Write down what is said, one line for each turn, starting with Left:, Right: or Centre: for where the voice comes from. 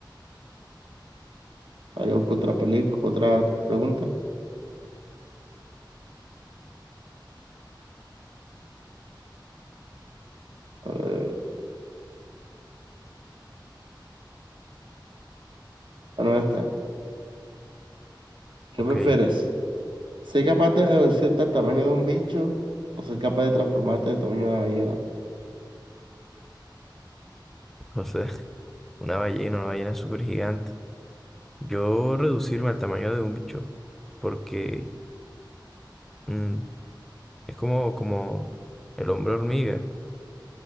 Right: Hay otra película, otra pregunta. Eh, bueno, esta. ¿Qué
Centre: ok,
Right: prefieres? ¿Ser capaz de reducirte al tamaño de un bicho o ser capaz de transformarte del tamaño de una ballena?
Centre: no sé, <laughs> una ballena, una ballena súper gigante. Yo reducirme al tamaño de un bicho, porque mm, es como, como el hombre hormiga,